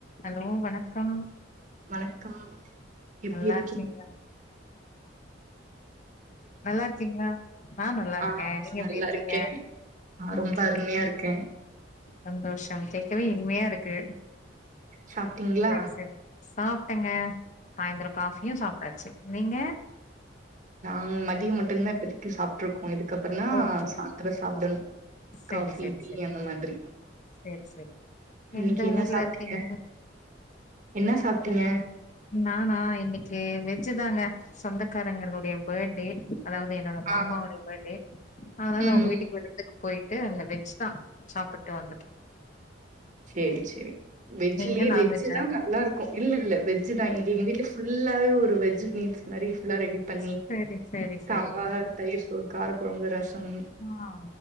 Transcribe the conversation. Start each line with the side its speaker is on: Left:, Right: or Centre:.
Left: Hello வணக்கம்
Right: வணக்கம் எப்டி
Left: நல்லா
Right: இருக்கீ
Left: அரைச்சீங்களா நல்லா இருக்கீங்களா நா நல்லா இருக்கே
Right: ஆ
Left: நீங்க
Right: நல்லா
Left: எப்டி இருக்கீங்க
Right: இருக்கே ஆ
Left: ஓகே
Right: ரொம்ப அருமையா
Left: ஓகே
Right: இருக்கே
Left: சந்தோஷம் கேட்கவே இனிமயா இருக்கு
Right: சாப்ட்டீங்களா
Left: சேரி சேரி சாப்டங்க சாய்ந்தரம் காஃபியும் சாப்டாச்சு நீங்க
Right: நாங்க மதியோ மட்டுந்தா இப்பதிக்கு சாப்ட்ருக்கோ இதுக்கப்றந்தா
Left: ஓகே
Right: சாந்தரோ சாப்டணு
Left: சேரி
Right: காஃபி
Left: சேரி
Right: டீ
Left: சேரி
Right: அந்த மாதிரி
Left: சேரி சேரி இப்ப
Right: இன்னைக்கு
Left: எந்த
Right: என்ன
Left: ஊர்ல
Right: சாப்ட்டீங்க
Left: இருக்கீங்க
Right: என்ன சாப்டீங்க
Left: அ நானா இன்னிக்கு வெஜ்ஜீ தாங்க சொந்தக்காரங்களுடைய பேர்ட்டே அதாவது என்னோட மாமாவோடைய
Right: ஆ
Left: பேர்த்டே அதனால
Right: ம்
Left: அவுங்க
Right: ம்
Left: வீட்டுக்கு விருந்துக்கு போயிட்டு அங்க வெஜ்தா சாப்புட்டு வந்துட்டே
Right: சேரி சேரி வெஜ்ஜிலயே
Left: நீங்க நான்வெஜ்ஜா
Right: வெஜ்ஜிதா நல்லாருக்கு இல்லல்ல வெஜ்ஜிதா இன்னிக்கு எங்க வீட்ல புல்லாவே ஒரு வெஜ்ஜி மீல்ஸ் மாரி புல்லா ரெடி பண்ணி
Left: செரி செரி செரி
Right: சாம்பார் தயிர்சோர் காரக்கொழம்பு ரசம்
Left: ஆ